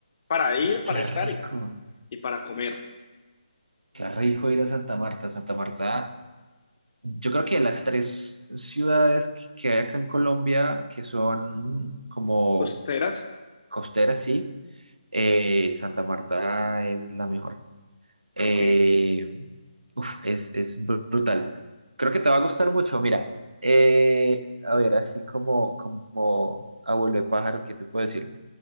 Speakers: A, on the left; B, on the right.
A: para ir,
B: Y
A: para
B: qué
A: estar
B: rico,
A: y, y para comer.
B: qué rico ir a Santa Marta. Santa Marta, yo creo que de las tres ciudades que que hay acá en Colombia, que son como
A: Costeras,
B: costeras, sí, eh, Santa Marta es la mejor. Eh,
A: ok.
B: uf, es, es brutal. Creo que te va a gustar mucho. Mira, eh, a ver, así como, como abuelo de pájaro, ¿qué te puedo decir?